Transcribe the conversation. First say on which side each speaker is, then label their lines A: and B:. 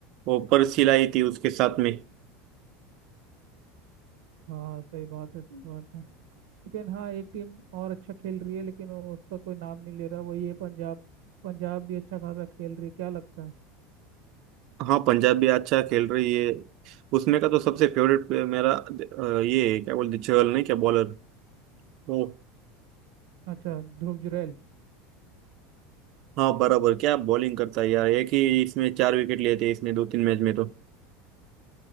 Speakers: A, on the right; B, on the right.
A: वो पर्ची लाई थी उसके साथ में
B: हाँ सही बात है सही बात है लेकिन हाँ एक टीम और अच्छा खेल रही है लेकिन वो- उसका कोई नाम नहीं ले रहा वो ये पंजाब पंजाब भी अच्छा खासा खेल रही है क्या लगता है
A: हाँ पंजाब भी अच्छा खेल रही है उसमें का तो सबसे फेवरेट प्लेयर मेरा अ, ये है, क्या बोलते चहल नहीं क्या बॉलर वो
B: अच्छा ध्रुव जुरैल
A: हाँ बराबर क्या बॉलिंग करता है यार एक ही इसमें चार विकेट लिए थे इसने दो तीन मैच में तो